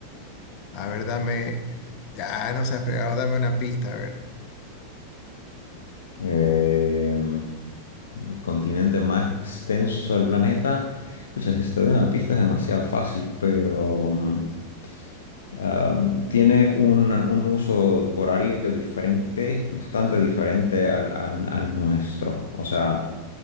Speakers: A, on the left (about 40°); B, on the left (about 65°).
A: A ver, dame. Ya no se ha fregado, dame una pista, a ver.
B: Em, el continente más extenso del planeta. Pucha, si te doy una pista es demasiado fácil, pero mm, Um, tiene un, un uso horario diferente, bastante diferente al, al- al nuestro. O sea,